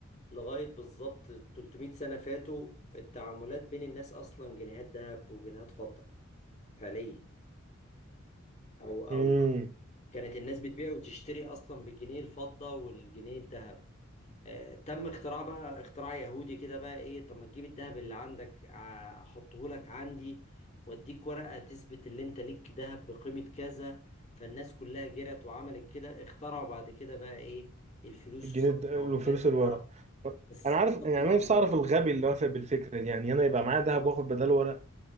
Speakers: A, on the left; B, on the right.
A: لغايه بالظبط 300 سنه فاتوا التعاملات بين الناس اصلا جنيهات ذهب وجنيهات فضه فعليا مم. او او
B: امم
A: كانت الناس بتبيع وتشتري اصلا بالجنيه الفضه والجنيه الذهب آه، تم اختراع بقى اختراع يهودي كده بقى ايه طب ما تجيب الذهب اللي عندك آه، احطه لك عندي واديك ورقة تثبت اللي انت ليك ذهب بقيمة كذا فالناس كلها جرت وعملت كده اخترعوا بعد كده بقى ايه الفلوس
B: الجنيه
A: وصرف
B: ده-
A: العملات
B: الفلوس الورق
A: اه
B: طب
A: بس
B: انا عارف
A: صرف
B: يعني
A: العملات
B: انا نفسي اعرف الغبي اللي وافق بالفكره دي يعني انا يبقى معايا ذهب
A: هو
B: واخد بداله ورق